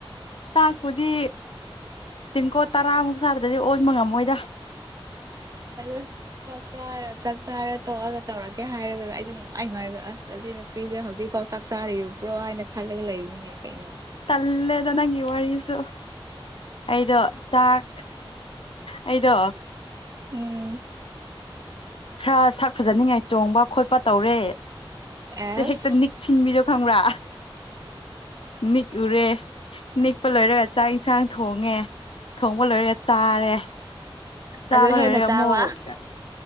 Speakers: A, on the left; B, on the right.
A: ꯆꯥꯛꯄꯨꯗꯤ ꯇꯦꯡꯀꯣꯠ ꯑ ꯇꯔꯥꯃꯨꯛ ꯆꯥꯗ꯭ꯔꯗꯤ ꯑꯣꯟꯕ ꯉꯝꯃꯣꯏꯗ
B: <inaudible> ꯆꯥꯛ ꯆꯔ ꯆꯥꯛ ꯆꯥꯔ ꯇꯣꯛꯑꯒ ꯇꯧꯔꯒꯦ ꯍꯥꯏꯔꯒ ꯑꯩ <unintelligible> ꯑꯁ ꯑꯁꯤꯅ ꯅꯨꯄꯤꯁꯦ ꯍꯧꯖꯤꯛꯐꯥꯎ ꯆꯥꯛ ꯆꯥꯔꯤꯕ꯭ꯔꯣ ꯍꯥꯏꯅ ꯈꯜꯂꯒ ꯂꯩꯕꯅꯤꯅꯦ ꯀꯩꯅꯣ
A: ꯇꯜꯂꯦꯗ ꯅꯪꯒꯤ ꯋꯥꯔꯤꯁꯨ ꯑꯩꯗꯣ ꯆꯥꯛ ꯑꯩꯗꯣ
B: ꯎꯝ
A: ꯈꯔ ꯁꯛ ꯐꯖꯅꯤꯉꯥꯏ ꯆꯣꯡꯕ ꯈꯣꯠꯄ ꯇꯧꯔꯦ
B: ꯑꯦꯁ
A: ꯍꯦꯛꯇ ꯅꯤꯛꯁꯤꯟꯕꯤꯗꯣ ꯈꯪꯕ꯭ꯔꯥ ꯅꯤꯛꯎꯔꯦ ꯅꯤꯛꯄ ꯂꯣꯏꯔꯒ ꯆꯥꯛ ꯌꯦꯟꯁꯥꯡ ꯊꯣꯡꯉꯦ ꯊꯣꯡꯕ ꯂꯣꯏꯔꯒ ꯆꯥꯔꯦ ꯆꯥꯕ
B: ꯑꯗꯣ ꯍꯦꯟꯅ
A: ꯂꯣꯏꯔꯒ
B: ꯆꯥꯕ
A: ꯑꯃꯨꯛ